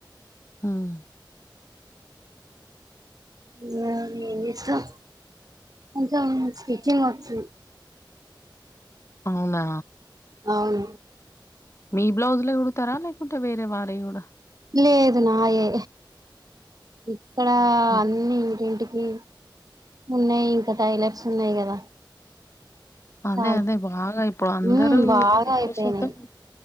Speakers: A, on the left (about 35°); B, on the right (about 50°).
A: ఉమ్
B: ఉన్నాం ఏం చేస్తాం కొంచెం స్టిచింగ్ వచ్చు
A: అవునా
B: అవును
A: మీ బ్లౌజ్ లే కుడతారా లేకుంటే వేరే వాళ్ళ వి కూడా
B: లేదు నాయే ఇక్కడ
A: మ్మ్.
B: అన్ని ఇంటింటికి ఉన్నాయి ఇంకా టైలర్స్ ఉన్నాయి కదా
A: అదే
B: చాలా
A: అదే బాగా ఇప్పుడు అందరూ
B: ఉమ్ బాగా
A: ఎక్కువ
B: అయిపోయినాయి
A: శాతం